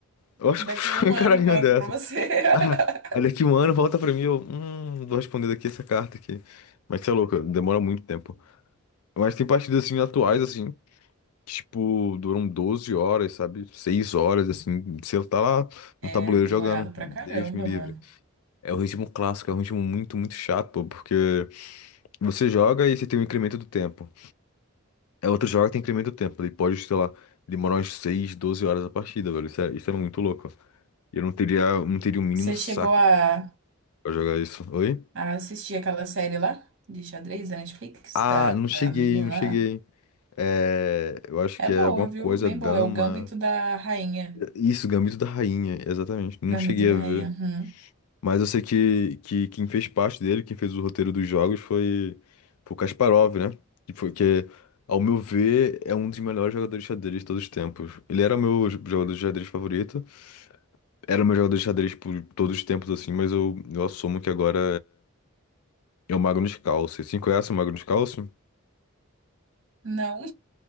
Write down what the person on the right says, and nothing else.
Daqui
um
ano
eu volto
pra você.
<laughs>
É
demorado
pra
caramba,
mano.
Você
chegou a
a assistir aquela série lá de xadrez da Netflix,
da
da menina
lá.
É
boa,
viu? Bem
boa. É o Gambito da Rainha.
Gambito
da
Rainha. uhum.
Não.